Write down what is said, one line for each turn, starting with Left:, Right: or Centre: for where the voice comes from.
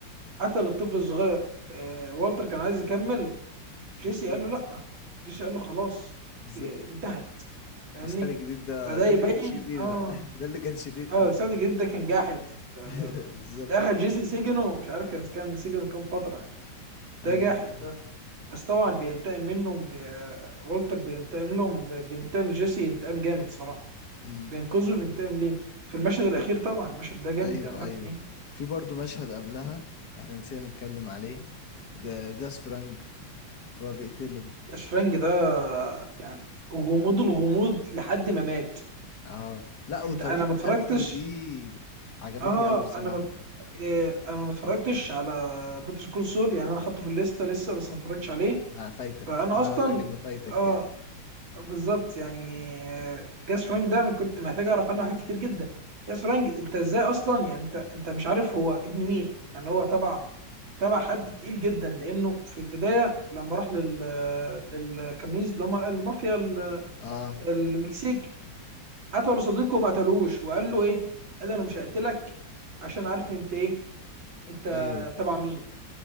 Right: قتل الطفل الصغير آه والتر كان عايز يكمل جيسي
Left: بالظبط
Right: قال له لا جيسي قال له خلاص
Left: بالظبط
Right: آه انتهت فاهمني
Left: المساعد الجديد ده
Right: فده
Left: ده
Right: يبين
Left: اللي كان شرير
Right: اه
Left: بقى <laughs> ده اللي كان شرير
Right: اه
Left: قوي
Right: المساعد الجديد ده كان جاحد ده
Left: <laughs>
Right: ده ده,
Left: بالظبط
Right: ده اخد جيسي سجنه مش عارف كان كان سجنه كام فترة يعني ده
Left: ايوه
Right: جاحد ده بس طبعا بينتقم منهم ب... والتر بينتقم لهم ب... بينتقم لجيسي انتقام جامد صراحة
Left: امم
Right: بينقذه بينتقم ليه في المشهد الأخير طبعا المشهد ده جامد
Left: ايوه
Right: عامة
Left: ايوه
Right: يعني
Left: في برضه مشهد قبلها احنا نسينا نتكلم عليه جا- جاس فرانك هو بيقتله
Right: أشفرنج ده يعني غموض الغموض لحد ما مات
Left: اه لا وطريقة
Right: انت انا ما اتفرجتش
Left: قتله دي عجبتني
Right: اه
Left: قوي بصراحة
Right: انا ما إيه انا ما اتفرجتش على باتر كول سول يعني انا حاطه في الليسته لسه بس ما اتفرجتش عليه
Left: لا فايتك
Right: فانا
Left: انا
Right: اصلا
Left: اقول لك انه فايتك
Right: اه
Left: يعني
Right: بالظبط يعني آه، جاس فرانك ده انا كنت محتاج اعرف عنه حاجات كتير جدا جاس فرانك انت ازاي اصلا يعني انت انت مش عارف هو ابن مين يعني هو تبع تبع حد تقيل جدا لانه في البدايه لما راح لل للكرنيز اللي هم المافيا ال-
Left: اه
Right: المكسيك قتلوا صديقه وما قتلوش وقال له ايه؟ قال له انا مش هقتلك عشان عارف إن انت ايه انت
Left: ايوه
Right: تبع مين